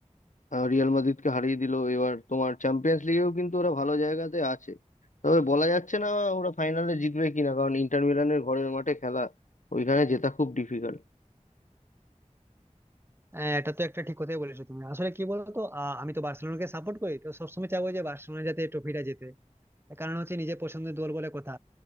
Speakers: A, on the left; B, on the right.
A: আহ, রিয়াল মাদ্রিদকে হারিয়ে দিল এবার তোমার চ্যাম্পিয়ন্স লিগেও কিন্তু ওরা ভালো জায়গাতে আছে তবে বলা যাচ্ছে না ওরা ফাইনালে জিতবে কিনা কারণ ইন্টার মিলানের ঘরের মাঠে খেলা ওইখানে জেতা খুব ডিফিকাল্ট
B: হ্যাঁ, এটা তো একটা ঠিক কথাই বলেছো তুমি আসলে কি বলতো আহ, আমি তো বার্সেলোনাকে সাপোর্ট করি তো সবসময় চাইবো যে বার্সেলোনা যাতে ট্রফিটা জেতে তার কারণ হচ্ছে নিজের পছন্দের দল বলে কথা